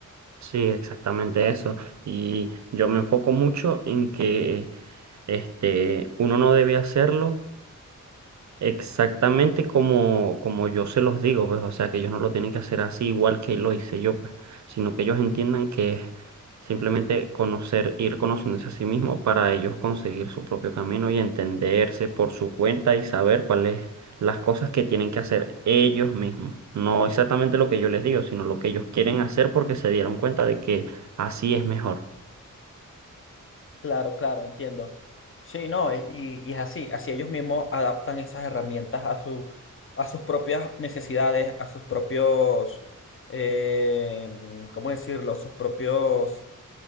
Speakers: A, on the right; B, on the left.
A: Sí, exactamente eso. Y yo me enfoco mucho en que este, uno no debe hacerlo Exactamente como, como yo se los digo, pues, o sea, que ellos no lo tienen que hacer así igual que lo hice yo, pues, sino que ellos entiendan que es simplemente conocer, ir conociéndose a sí mismo para ellos conseguir su propio camino y entenderse por su cuenta y saber cuáles las cosas que tienen que hacer ellos mismos. No exactamente lo que yo les digo, sino lo que ellos quieren hacer porque se dieron cuenta de que así es mejor.
B: Claro, claro, entiendo. Sí, no, y, y y es así, así ellos mismos adaptan esas herramientas a su, a sus propias necesidades, a sus propios, eh, ¿cómo decirlo? Sus propios